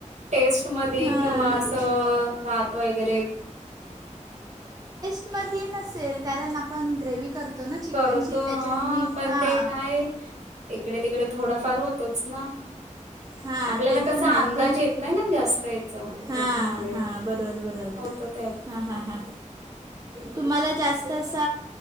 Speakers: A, on the right; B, on the right.
A: टेस्ट मधी
B: हां
A: किंवा असं भात वगैरे
B: मध नसेल कारण आपण ग्रेवही करतो ना चिकनची
A: करतो
B: त्याच्यात
A: हां,
B: मी
A: पण
B: हां.
A: ते काय इकडे तिकडे थोडाफार होतोच ना.
B: हां
A: आपल्याला
B: ते
A: कसा
B: पण आहे
A: अंदाज
B: पण
A: येत नाही ना जास्त याचा
B: हां
A: त्याच्यामुळे
B: हां बरोबर बरोबर
A: होत ते
B: हां हां हां तुम्हाला जास्त असा.